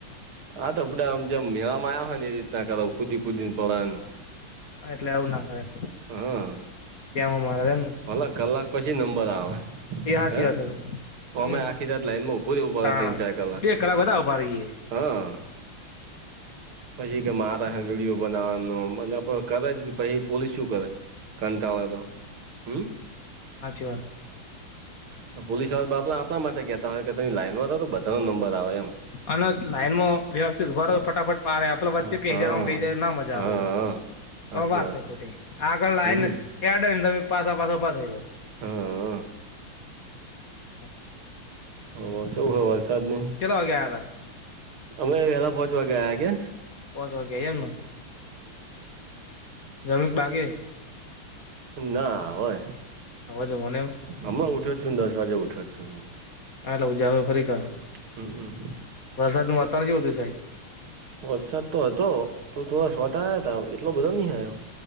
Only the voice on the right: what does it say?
હા તો આપડે આમ જેમ મેળામાં આવ્યા હોય ને એ રીતના કર કુદી કુદી ને પને
હા.
અડધો કલાક પછી નંબર આવે.
હે
અમે આખી રાત લાઈન માં ઉભું રહેવું
પડે તીન ચાર કલાક.
હા. પછી કે મારા હે વિડિયો બનાવવાનું મને પણ કરે જ કે પછી પોલીસ શું કરે. કંટાળો આવે તો હમ્મ.
તો પોલીસ વાળા બાપડા આપણા માટે કેતા હોય કે તમે લાઈન માં રહો તો બધા નો નંબર આવે એમ.
હા
હા
હા
હા સાચી
વાત
હમ
હા
ઓ ઓછું વરસાદ ને
અમે વહેલા પહોચવા ગયા કે.
ના હવે.
અમાં ઉઠો જ છું દસ વાજે ઉઠું છું.
હમ
વટસાપ તો હતો તો થોડા <unintelligible> હતા એટલો બધો ની અ તો